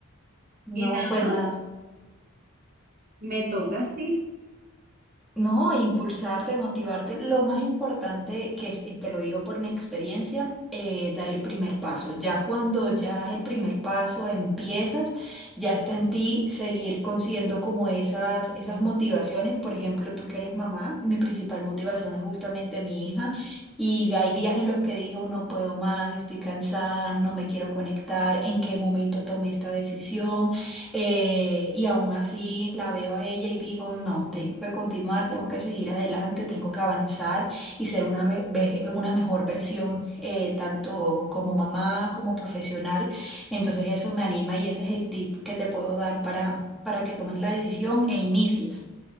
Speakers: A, in the centre; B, on the right (about 40°).
A: No,
B: Y nada,
A: pues nada.
B: me toca así.
A: No, impulsarte, motivarte. Lo más importante, que y te lo digo por mi experiencia, eh, dar el primer paso. Ya cuando ya das el primer paso, empiezas, ya está en ti seguir consiguiendo como esas, esas motivaciones. Por ejemplo, tú que eres mamá, mi principal motivación es justamente mi hija. Y hay días en los que digo, no puedo más, estoy cansada, no me quiero conectar, en qué momento tomé esta decisión eh, y aún así la veo a ella y digo, no, tengo que continuar, tengo que seguir adelante, tengo que avanzar y ser una, me- ve- una mejor versión, eh, tanto como mamá como profesional. Entonces eso me anima y ese es el tip que te puedo dar para, para que tomes la decisión e inicies.